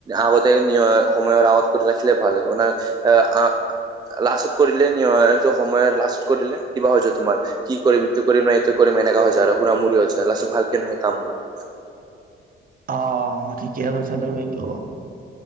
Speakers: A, on the right; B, on the right.
A: আগতে নিয় সময়ৰ আগত কোট ৰাখিলে ভাল লাগিব না, আৰ আহ লাষ্টত কৰিলে ন' এইটো সময় লাষ্টত কৰিলে কিবা হৈ হৈছে, তোমাৰ কি কৰিম ইটো কৰিম নাই, এনেকা‌ হৈ যায়, আৰু হুৰামুৰি হৈ যায়, লাষ্টত ভালকে নহয় কামবোৰ।
B: অ' ঠিকে কৈছা তুমি এইটো।